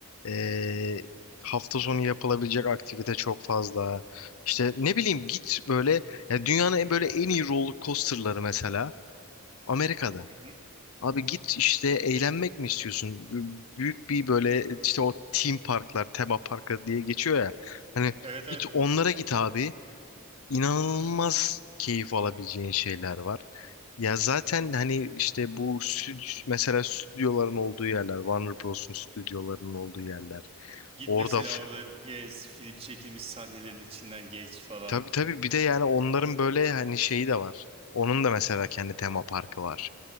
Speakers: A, on the left; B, on the right.
A: eee, hafta sonu yapılabilecek aktivite çok fazla işte ne bileyim git böyle ya dünyanın en- böyle en iyi roller coasterları mesela Amerika'da.
B: Hı hı.
A: Abi git işte eğlenmek mi istiyorsun? B- Büyük bir böyle işte o team parklar, tema parkı diye geçiyor ya. Hani
B: Evet evet
A: git onlara git abi. İnanılmaz keyif alabileceğin şeyler var. Ya zaten hani işte bu stü- mesela stüdyoların olduğu yerler, Warner Bros'un stüdyolarının olduğu yerler.
B: git
A: Orada
B: mesela
A: f-
B: orada gez film çekilmiş sahnelerin içinden geç falan.
A: tabii tabii bir de yani onların böyle hani şeyi de var. Onun da mesela kendi tema parkı var.